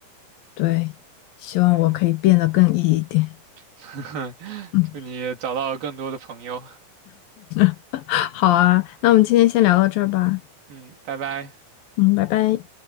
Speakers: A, on the left; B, on the right.
A: 对，希望我可以变得更
B: 嗯，
A: E 一点。
B: <laughs>
A: 嗯，
B: 祝你找到更多的朋友。
A: <laughs> 好啊，那我们今天先聊到这儿吧。
B: 嗯，拜拜。
A: 嗯，拜拜。